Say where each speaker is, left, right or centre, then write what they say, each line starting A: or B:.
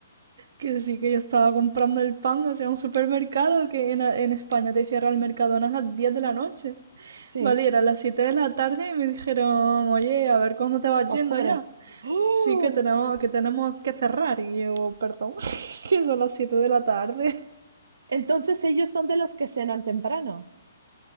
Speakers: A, on the right; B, on the right.
A: Que sí, que yo estaba comprando el pan, o sea, un supermercado que en, en España te cierra el Mercadona a las 10 de la noche.
B: Sí,
A: Vale, y era a las 7 de la tarde y me dijeron, oye, a ver cuándo te vas
B: para
A: yendo
B: afuera.
A: ya.
B: ¡Oh!
A: Sí que tenemos, que tenemos que cerrar y yo, perdón, <laughs> que son las 7 de la tarde.
B: Entonces ellos son de los que cenan temprano.